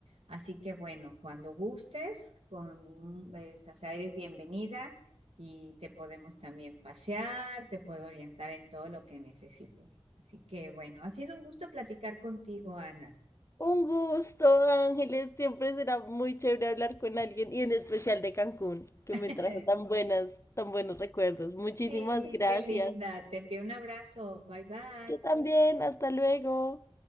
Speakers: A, on the right (about 70°); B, on the left (about 30°).
A: Así que bueno, cuando gustes, con, un- es- o sea, eres bienvenida y te podemos también pasear, te puedo orientar en todo lo que necesites. Así que bueno, ha sido un gusto platicar contigo, Ana.
B: Un gusto, Ángeles. Siempre será muy chévere hablar con alguien y en especial de Cancún, que
A: <laughs>
B: me trajo tan buenas, tan buenos recuerdos. Muchísimas
A: Sí,
B: gracias.
A: qué linda. Te envío un abrazo. Bye bye.
B: Yo también. Hasta luego.